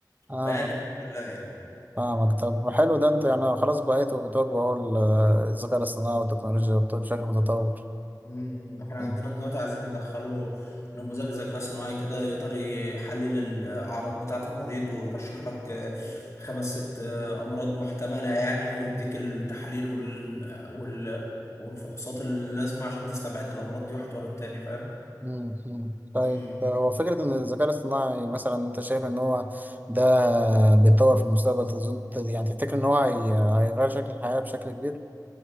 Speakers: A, on the right; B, on the left.
A: اه
B: فيعني الحمد لله يعني
A: فاهمك طب حلو ده انت يعني خلاص بقيتوا بتواجهوا اهو ال- الذكاء الاصطناعي والتكنولوجيا والطب بشكل متطور
B: مم. احنا
A: انت
B: عندنا دلوقتي عايزين ندخله نموذج ذكاء صناعي كده يقدر يحلل الأعراض بتاعة المريض ويرشح لك آه، خمس ست آه، أمراض محتملة يعني ويديك التحاليل وال... وال... والفحوصات اللازمة عشان تستبعد الأمراض دي واحد ورا التاني فاهم؟
A: مم، مم. طيب
B: مم.
A: هو فكرة إن الذكاء الاصطناعي مثلا أنت شايف إن هو ده بيتطور في المستقبل تظن يعني تفتكر إن هو هي- هيغير شكل الحياة بشكل كبير؟